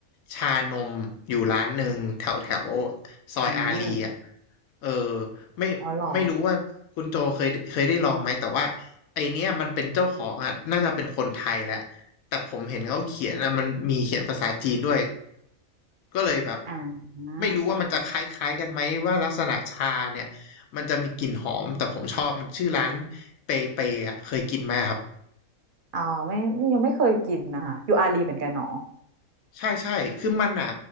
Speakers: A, on the left; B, on the right.
A: ชานมอยู่ร้านหนึ่งแถวแถวซอยอารีอ่ะ
B: อืม
A: เออไม่ไม่รู้ว่าคุณโจเคยเคยได้ลองไหมแต่ว่า
B: อ๋อเหรอ
A: ไอเนี้ยมันเป็นเจ้าของอ่ะน่าจะเป็นคนไทยแหละแต่ผมเห็นเขาเขียนนะมันมีเขียนภาษาจีนด้วย ก็เลยแบบ
B: อ่า
A: ไม่รู้ว่ามันจะคล้ายๆกันไหมว่าลักษณะชาเนี่ยมันจะมีกลิ่นหอมแต่ผมชอบมันชื่อร้านเปเปอ่ะเคยกินไหมครับ
B: อ๋อไม่ไม่ยังไม่เคยกินนะคะอยู่อาลีเหมือนกันเนาะ
A: ใช่ใช่คือมันอ่ะ